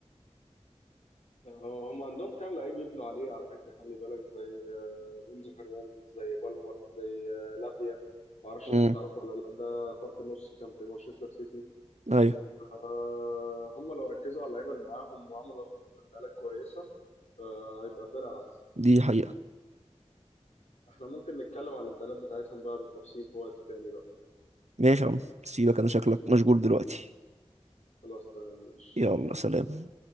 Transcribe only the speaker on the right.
مم.
أيوة
دي حقيقة
ماشي يا عم سيبك أنا شكلك مشغول دلوقتي
يلا سلام